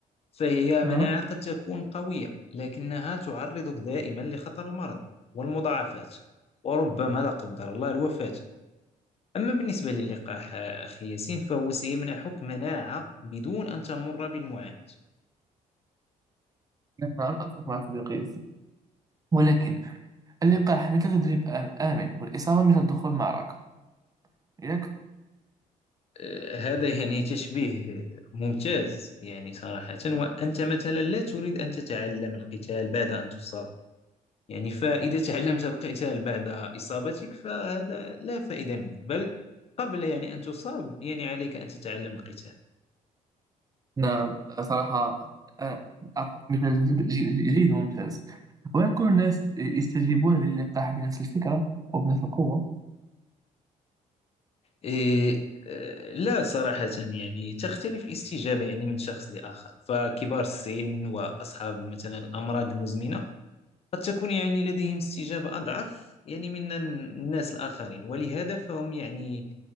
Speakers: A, on the left; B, on the right.
A: فهي
B: نعم
A: مناعة قد تكون قوية لكنها تعرضك دائما لخطر المرض والمضاعفات وربما لا قدر الله الوفاة أما بالنسبة للقاح آه، أخي ياسين فهو سيمنحك مناعة بدون أن تمر بالمعاناة
B: نعم أتفق مع صديقي ياسين. ولكن اللقاح مثل تدريب آم- آمن والإصابة مثل دخول معركة ياك؟
A: آه، هذا يعني تشبيه ممتاز يعني صراحة وأنت مثلا لا تريد أن تتعلم القتال بعد أن تصاب يعني فإذا تعلمت القتال بعد إصابتك فهذا لا فائدة منه بل قبل يعني أن تصاب يعني عليك أن تتعلم القتال
B: نعم صراحة آه، أعطيك مثال جد- جد- جيد وممتاز وهل كل الناس يستجيبون للقاح بنفس الفكرة أو بنفس القوة؟
A: إيه آه، لا صراحة يعني تختلف الاستجابة يعني من شخص لآخر فكبار السن وأصحاب مثلا الأمراض المزمنة قد تكون يعني لديهم استجابة أضعف يعني من الناس الآخرين ولهذا فهم يعني